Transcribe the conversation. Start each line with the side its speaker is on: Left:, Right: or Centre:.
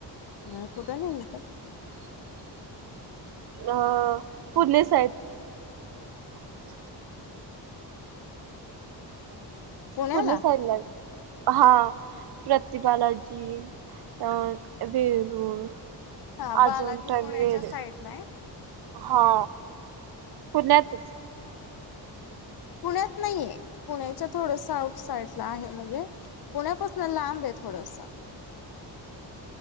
Left: अ कुठ नेल्हत?
Right: अ पुणे साईड.
Left: पुण्याला
Right: पुणे साइडला. हा प्रतिबालाजी, अं वेरूळ
Left: हा बालाजी
Right: अजिंठा
Left: पुण्याच्या
Right: वेर
Left: साईडला आहे
Right: हा पुण्यातच.
Left: पुण्यात नाहीये पुण्याच्या थोडस आउट साइडला आहे म्हणजे पुण्यापासन लांबय थोडस.